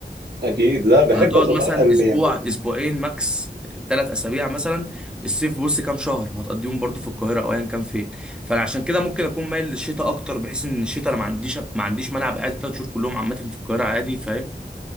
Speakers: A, on the right; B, in the centre.
A: اكيد لا بحب
B: يعني هتقعد
A: اتنقل
B: مثلا اسبوع
A: يعني
B: اسبوعين ماكس ثلاث اسابيع مثلا الصيف بص كام شهر هتقضيهم برضو في القاهره او ايا كان فين فانا عشان كده ممكن اكون مايل للشتاء اكتر بحيث ان الشتاء انا ما عنديش ما عنديش مانع ابقى قاعد ثلاث شهور كلهم عامه في القاهره عادي فاهم